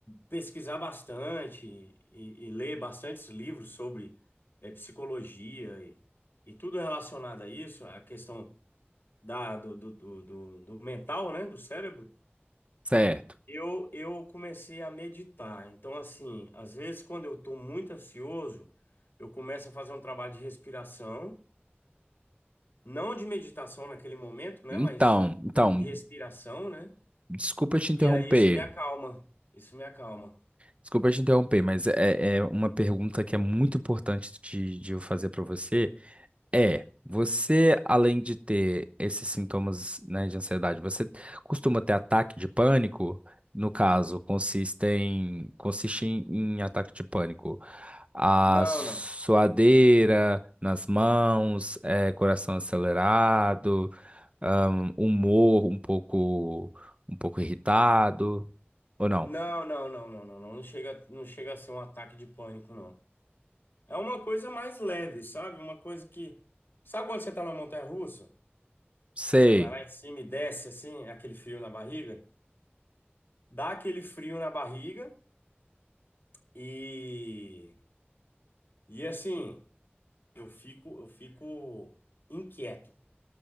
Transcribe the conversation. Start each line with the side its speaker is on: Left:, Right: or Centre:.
Left: pesquisar bastante e, e ler bastantes livros sobre é, psicologia e, e tudo relacionado a isso, a questão da, do, do, do, do- do mental, né, do cérebro,
Right: Certo.
Left: eu, eu comecei a meditar. Então, assim, às vezes quando eu estou muito ansioso, eu começo a fazer um trabalho de respiração, não de meditação naquele momento, né,
Right: Então,
Left: mas
Right: então,
Left: de respiração, né?
Right: desculpa te interromper.
Left: E aí isso me acalma, isso me acalma.
Right: Desculpa te interromper, mas é, é uma pergunta que é muito importante de, de eu fazer para você. É, você, além de ter esses sintomas, né, de ansiedade, você costuma ter ataque de pânico? No caso, consiste em, consiste em, em ataque de pânico. A
Left: Não,
Right: suadeira
Left: não.
Right: nas mãos, eh, coração acelerado, ahn, humor um pouco, um pouco irritado, ou não?
Left: Não, não, não, não, não, não, não chega, não chega a ser um ataque de pânico, não. É uma coisa mais leve, sabe? Uma coisa que. Sabe quando você tá na montanha-russa?
Right: Sei,
Left: Você vai lá em cima e desce assim, aquele frio na barriga? Dá aquele frio na barriga e. E assim, eu fico, eu fico inquieto.